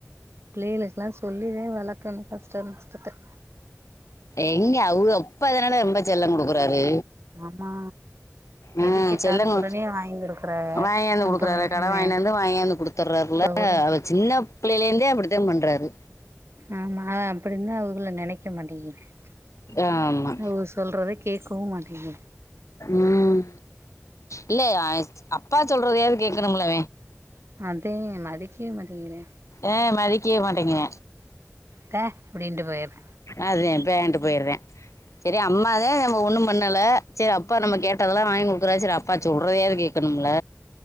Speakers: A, on the right (about 60°); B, on the left (about 85°).
A: பிள்ளேகளுகல்லாம் சொல்லிதே வளக்கணும் கஷ்டம் நஷ்டத்த
B: எங்க அவுக அப்பாதான ரொம்ப செல்லம் குடுக்கறாரு
A: ஆமா
B: ம்
A: எது கேட்டாலு
B: செல்லங்க
A: உடனே வாங்கி குடுக்குறாக
B: வாங்கியாந்து குடுக்கறாரு
A: அப்ப இன்னொன்னு
B: கடன் வாங்கி வந்து வாங்கியாந்து குடு தர்றார்ல
A: இப்ப கூட
B: அவ சின்ன பிள்ளைலந்தே அப்டித்தா பண்றாரு
A: ஆமா அப்டின்தா அவுகளு நெனைக்க மாட்டேங்கறாங்க
B: ஆமா
A: அவுக சொல்றத கேக்கவு மாட்டேன்க
B: உம் இல்ல அப்பா சொல்றதயாது கேக்கணும்ல
A: அதே மதிக்வே மாட்டேங்கறா
B: அ மதிக்கே மாட்டேங்கற
A: த அப்டின்ட்டு போய்ரு
B: அதேன் பேண்டு போய்யிடறே சேரி அம்மா த்தே நம்ம ஒண்ணும் பண்ணல செர் அப்பா நம்ம கேட்டதெல்லா வாங்கி குடுக்குறாரு செரி அப்பா சொல்றதையாவது கேக்கணும்ல